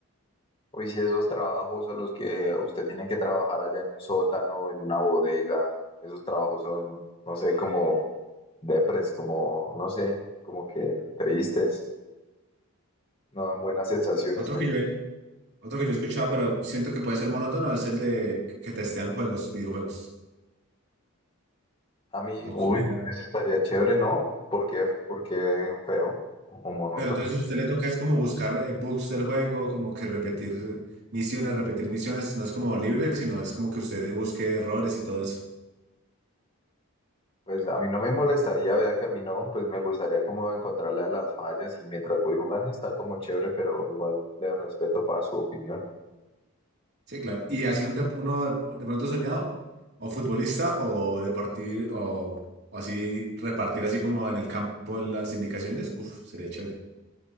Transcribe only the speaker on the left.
Uy, sí, esos trabajos son los que usted tiene que trabajar allá en un sótano, en una bodega. Esos trabajos son, no sé, como depres, como, no sé, como que tristes, no dan buenas sensaciones.
Te-
A mí,
uy,
eso estaría chévere, ¿no? Porque, porque feo o monótono.
Pues a mí no me molestaría, vea que a mí no, pues me gustaría como encontrarle a las fallas y mientras voy jugando está como chévere, pero igual le respeto para su opinión.